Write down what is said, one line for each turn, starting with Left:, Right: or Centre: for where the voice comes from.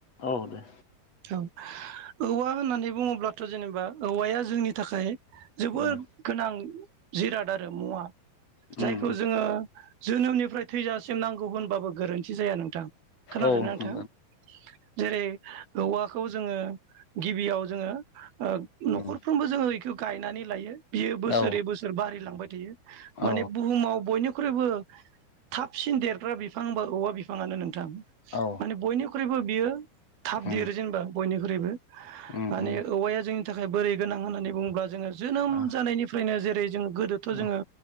Left: औ दे।
Right: औ औवा होननानै बुङोब्लाथ' जेनेबा औवाया जोंनि थाखाय जोबोद
Left: उम
Right: गोनां जिराद आरो मुवा।
Left: उम
Right: जायखौ जोङो जोनोमनिफ्राय थैजासिम नांगौ होनबाबो गोरोन्थि जाया नोंथां। खोनादो
Left: उम औ नंगौ
Right: ना नोंथां? जेरै औवाखौ जोङो गिबियाव जोङो ओ न'खरफ्रोमबो
Left: उम
Right: जोङो इखो गायनानै लायो । बियो बोसोरै
Left: औ
Right: बोसोर बारिलांबाय थायो
Left: औ
Right: माने बुहुमाव बयनिख्रुइबो थाब सिन देरग्रा बिफां होनबा औवा बिफाङानो नों थां।
Left: औ
Right: माने बयनिख्रुइबो बियो थाब
Left: उम
Right: देरो जेनेबा बयनिख्रुइबो।
Left: उम
Right: माने
Left: उम
Right: औवाया जोंनि थाखाय बोरै गोनां होननानै बुङोब्ला जोङो जोनोम
Left: आ
Right: जानायनिफ्रायनो जे रै जों गोदोथ'
Left: औ
Right: जोङो